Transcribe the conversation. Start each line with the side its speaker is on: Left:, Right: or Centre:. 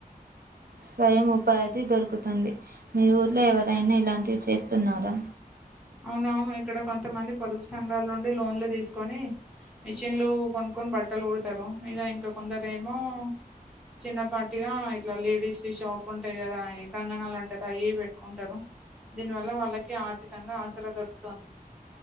Right: స్వయం ఉపాధి దొరుకుతుంది మీ ఊర్లో ఎవరైనా ఇలాంటివి చేస్తున్నారా
Centre: అవునవును ఇక్కడ కొంతమంది పొదుపు సంఘాల నుండి లోన్లు తీసుకొని మిషన్లు కొనుక్కొని బట్టలు కొడతారు ఇక ఇంకా కొందరు ఏమో చిన్నపాటిగా ఇట్లా లేడీస్వి షాప్ ఉంటాయి కదా గంగనాలు అంటారుా అ ఏవి పెట్టుకుంటారు దీనివల్ల వాళ్ళకి ఆర్థికంగా ఆచరా దొరుకుతోంది